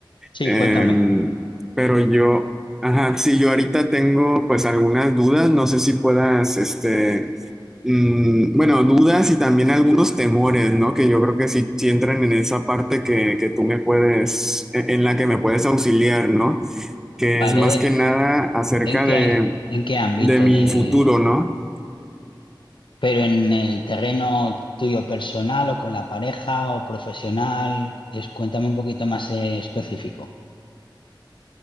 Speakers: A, on the left; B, in the centre.
A: Sí,
B: Em,
A: cuéntame.
B: pero yo, ajá, sí, yo ahorita tengo pues algunas dudas, no sé si puedas, este, mm, bueno, dudas y también algunos temores, ¿no? Que yo creo que sí, sí entran en esa parte que, que tú me puedes, en, en la que me puedes auxiliar, ¿no? Que
A: Vale,
B: es más que nada acerca
A: ¿en qué,
B: de,
A: en qué ámbito
B: de mi
A: de,
B: futuro, ¿no?
A: pero en el terreno tuyo personal o con la pareja o profesional? Es, cuéntame un poquito más eh, específico.